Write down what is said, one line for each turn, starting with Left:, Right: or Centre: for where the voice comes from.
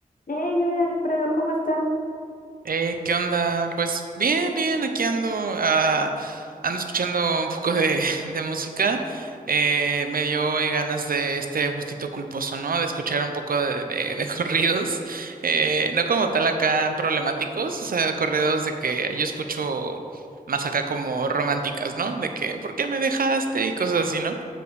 Left: Hey, hola Alfredo, ¿cómo estás?
Right: Eh, ¿qué onda? Pues bien, bien, aquí ando, ah, ando escuchando un poco de, <laughs> de música. Eh, me dio eh, ganas de este gustito culposo, ¿no? De escuchar un poco de, de- de <laughs> corridos. Eh, no como tal acá problemáticos, o sea, corridos de que yo escucho más acá como románticas, ¿no? De que, ¿por qué me dejaste? Y cosas así, ¿no?